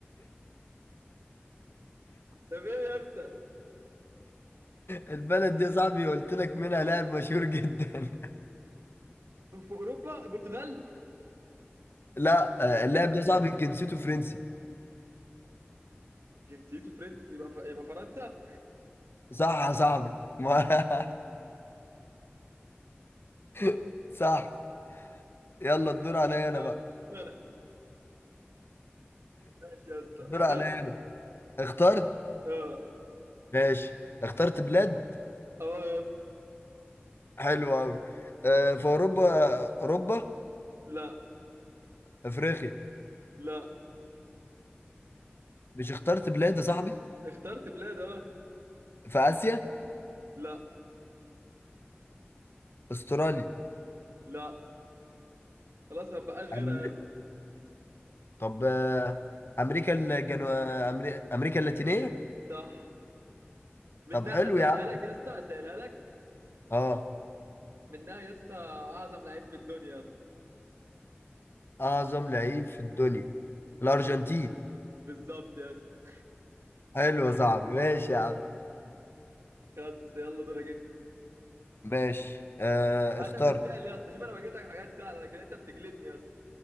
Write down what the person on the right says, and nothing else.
طب ايه يا اسطى
في اوروبا البرتغال
جنسيته فرنسي يبقى ف... يبقى فرنسا
يا
عم
دور انا ماشي يا اسطى
اخترت
اه
اه يا اسطى
لا
لا
اخترت بلاد اه
لا
لا خلاص ما بقاش غيرها
يا اسطى
صح منها
اسهلها
لك يا اسطى اسهلها لك
منها يا اسطى اعظم لعيب في الدنيا يا اسطى
<laughs> بالظبط يا اسطى
خلص يلا دورك انت
هاتها
في السهل يا اسطى شوف انا بجيب لك حاجات سهله لكن انت بتجلدني يا اسطى